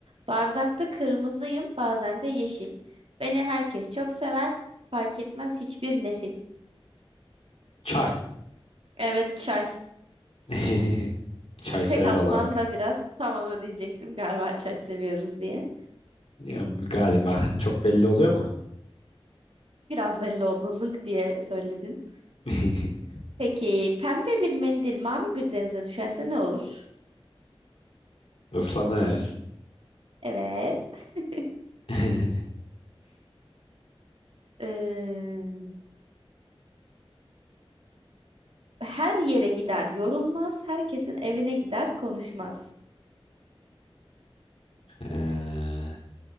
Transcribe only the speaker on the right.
Bardakta kırmızıyım, bazen de yeşil. Beni herkes çok sever, fark etmez hiçbir nesil.
Evet, çay.
Ben
tek atman
da biraz tam onu diyecektim galiba çay seviyoruz diye.
Biraz belli oldu zınk diye söyledin.
Peki pembe bir mendil mavi bir denize düşerse ne olur?
Evet. <laughs>
Ee, her yere gider yorulmaz. Herkesin evine gider konuşmaz.